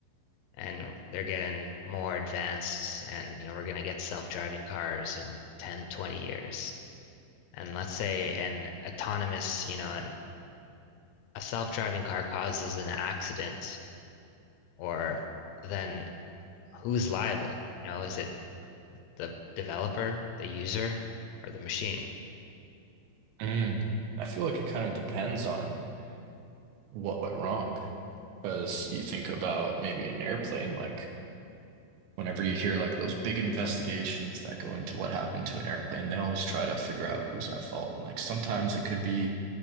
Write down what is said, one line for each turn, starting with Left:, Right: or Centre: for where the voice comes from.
Left: and they're getting more advanced and you know we're going to get self-driving cars in ten, twenty years and let's say an autonomous you know an, a self-driving car causes an accident or then who's liable you know is it the developer the user or the machine
Right: Mm. I feel like it kind of depends on what went wrong. Because you think about maybe an airplane, like whenever you hear like those big investigations that go into what happened to an airplane, they always try to figure out who's at fault. Like sometimes it could be